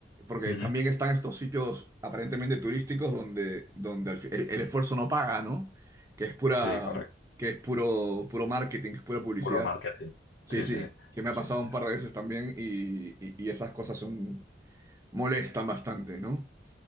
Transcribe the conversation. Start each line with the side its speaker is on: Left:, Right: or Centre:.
Right: Porque
Left: Ujú.
Right: también están estos sitios aparentemente turísticos donde, donde al fi- el, el esfuerzo no paga, ¿no? Que es pura,
Left: Sí, correcto.
Right: que es puro, puro marketing, que es pura publicidad.
Left: Puro marketing.
Right: Sí,
Left: Sí,
Right: sí,
Left: sí,
Right: que me
Left: sí,
Right: ha
Left: sí,
Right: pasado un
Left: está
Right: par de
Left: claro.
Right: veces también y, y- y esas cosas son, molestan bastante, ¿no?